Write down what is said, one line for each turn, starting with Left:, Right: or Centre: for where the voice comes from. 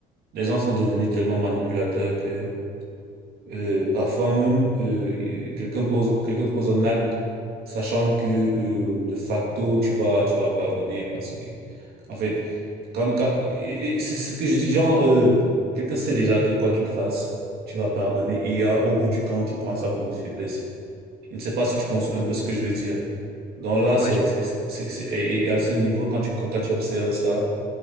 Right: les gens sont devenus tellement manipulateurs que euh, parfois même euh, quelqu'un pose quelqu'un pose un acte sachant que euh, de facto tu vas tu vas pardonner parce que en fait quand quand et- et c'est ce que je dis genre euh, quelqu'un sait déjà que quoi qu'il fasse tu vas pardonner et euh, au bout du compte il prend ça pour une faiblesse. Je ne sais pas si tu conçois
Left: mhm.
Right: un peu ce que je veux dire. Donc là,
Left: Ouais,
Right: c'est,
Left: je comprends.
Right: c'est, c'est, c'est- et et à ce niveau, quand tu, quand quand tu observes ça,